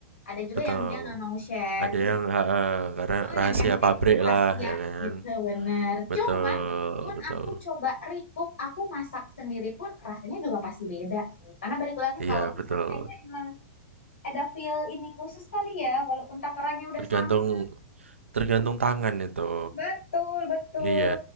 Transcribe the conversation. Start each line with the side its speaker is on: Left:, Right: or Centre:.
Left: ada juga
Right: Betul.
Left: yang dia nggak mau share.
Right: Ada
Left: Cuman
Right: yang heeh, karena
Left: eh,
Right: rahasia
Left: yang emang
Right: pabrik
Left: eh kasih
Right: lah ya
Left: ya
Right: kan.
Left: gitu bener.
Right: Betul,
Left: Cuman pun
Right: betul.
Left: aku coba recook, aku masak sendiri pun rasanya juga pasti beda sih. Karena balik lagi
Right: Iya,
Left: kalau masak
Right: betul.
Left: kayaknya emang ada feel ini khusus kali ya, walaupun takarannya udah
Right: Tergantung
Left: sama.
Right: tergantung tangan itu.
Left: Betul, betul.
Right: Iya,